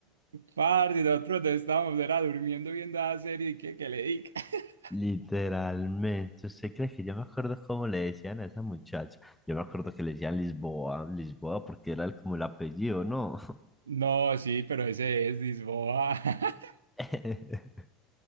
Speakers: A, on the right; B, in the centre.
A: Parce, nosotros no estábamos, era durmiendo viendo la serie y que, que le diga. <laughs>
B: Literalmente, ¿usted cree que yo me acuerdo cómo le decían a esa muchacha? Yo me acuerdo que le decían Lisboa, Lisboa, porque era el- como el apellido, ¿no?
A: No, sí, pero ese es Lisboa. <laughs>
B: <laughs>